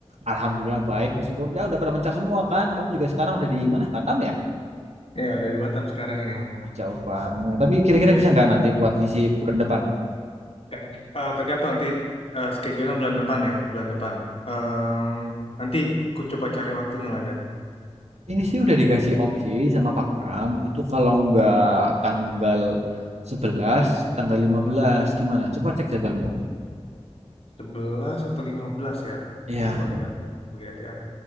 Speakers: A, on the right; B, on the left.
A: Alhamdulillah baik meskipun ya udah pada mencar semua kan. Kamu juga sekarang udah di mana? Batam ya?
B: Ya udah di Batam sekarang ini.
A: Ah, jauh banget. Tapi kira-kira
B: Iya.
A: bisa
B: benar.
A: nggak nanti buat ngisi bulan depan?
B: Dan eh, tergantung nanti eh, schedule-nya bulan depan ya, bulan depan. Em, nanti ku coba cari waktunya lah dan.
A: Ini sih udah dikasih opsi sama Pak Pram. Itu kalau nggak
B: Hmm.
A: tanggal sebelas tanggal lima belas gimana? Coba cek jadwalmu.
B: 11 atau 15 ya.
A: Ya,
B: Coba ya, ku lihat ya.